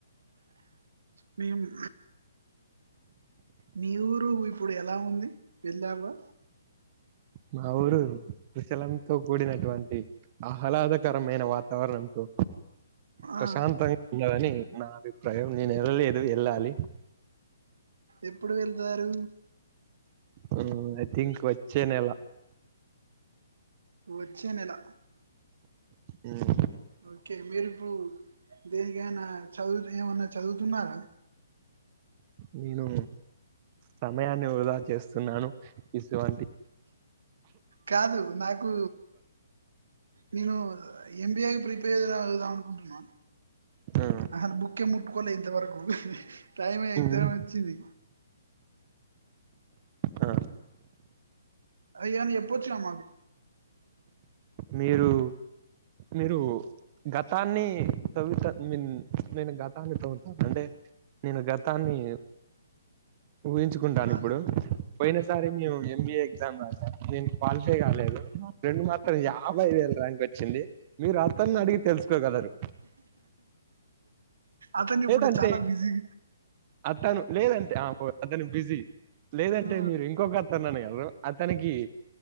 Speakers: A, on the right; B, on the right.
A: మేము మీ ఊరు ఇప్పుడు ఎలా ఉంది వెళ్ళావా
B: మా ఊరు విశలంతో కూడినటువంటి ఆహ్లాదకరమైన వార్త వాావరణంతో
A: ఆ!
B: ప్రశాంతంగా ఉండదని నా అభిప్రాయం నేను వెళ్ళలేదు వెళ్ళాలి
A: ఎప్పుడు వెళ్తారు
B: ఉ ఐ థింక్ వచ్చే నెల
A: వచ్చే నెల
B: హ్మ్.
A: ఓకే మీరు ఇప్పుడు దేనికైనా చదువు ఏమన్నా చదువుతున్నారా
B: నేను సమయాన్ని వృదా చెస్ తిన్నాను విశ్వాంటి
A: కాదు నాకు నేను ఎంబిఏ ప్రిపేర్కుంటున్నా
B: ఆ
A: అహా బుకే ముట్కలే ఇంతవరకు టైమే ఎగ్జామ్
B: ఉమ్,
A: వచ్చింది
B: ఆ
A: అయ్యది ఎప్ప వచ్చ నామాకు
B: మీరు మీరు గతాన్ని త్వుత మీన్ నేను గతాన్ని తవ్వుతాను అంటే నేను గతాన్ని ఊహించుకుంటాను
A: ఆ
B: ఇప్పుడు పోయిన సరే మేము ఎంబీఏ ఎగ్జామ్ రాసాం నేను క్వాలిఫై కాలేదు రెండు మాత్రం యాభై
A: ఓకే
B: వేల ర్యాంక్ వచ్చింది మీరు అతన్ని అడిగి తెలుసుకోగలరు
A: అతను ఇప్పుడు
B: లేదంటే
A: చాలా బిజీ
B: అతను లేదంటే ఆ హో అతను బిజీ లేదంటే
A: ఆ
B: మీరు ఇంకొక అతన్ని అడగగలరు అతనికి